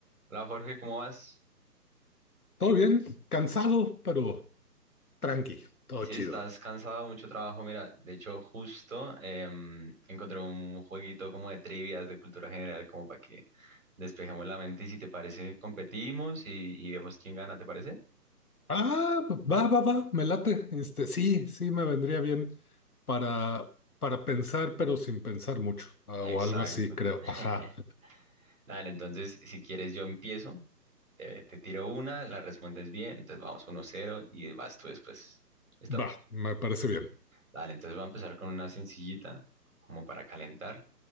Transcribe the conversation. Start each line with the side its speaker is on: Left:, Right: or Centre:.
Right: Hola Jorge, ¿cómo vas?
Left: Todo bien, cansado, pero tranqui, todo
Right: Sí,
Left: chido.
Right: estás cansado, mucho trabajo. Mira, de hecho, justo em, encontré un jueguito como de trivias de cultura general, como para que despejemos la mente y si te parece, competimos y, y vemos quién gana, ¿te parece?
Left: Ah, va, va, va, me late. Este, sí, sí me vendría bien para, para pensar, pero sin pensar mucho, ah,
Right: Exacto.
Left: o algo así, creo.
Right: <laughs>
Left: Ajá,
Right: Dale, entonces, si quieres, yo empiezo, te, te tiro una, la respondes bien, entonces vamos uno cero y vas tú después. ¿Listo?
Left: va, me parece bien.
Right: Dale, entonces voy a empezar con una sencillita, como para calentar.